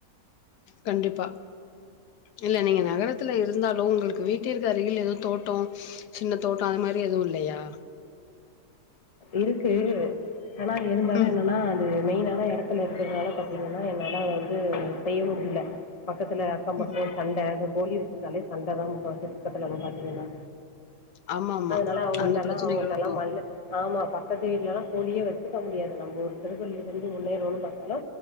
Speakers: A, on the left (about 85°); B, on the left (about 25°).
A: கண்டிப்பா இல்ல நீங்க நகரத்துல இருந்தாலு ஓங்களுக்கு வீட்ட இரு அருகில் ஏதவு தோட்டோ சின்ன தோட்டோ அது மாதிரி எதுவு இல்லையா
B: இருக்கு ஆனா இருந்தாலு
A: ம்.
B: என்னன்னா அது மெயினான எடத்துல இருக்கதுனால பாத்தீங்கன்னா என்னால வந்து செய்ய முடியல பக்கத்துல அக்கம்
A: ம்.
B: பக்கம் சண்ட அது கோழி வச்சிருந்தாலே சண்டதா முக்கவாசி பக்கத்துல ந பாத்தீங்கன்னா
A: ஆமா ஆமா
B: அதனால அவங்கள்ட்டல்லா
A: அந்த பிரச்சனைகளு
B: அவங்கள்ட்டல்லா மல்லு ஆமா பக்கத்து வீட்டலலா கோழியே வச்சுக்க முடியாது நம்ம கெடுத்தல்ல இருந்து முன்னேறுவோன்னு பாத்தாலு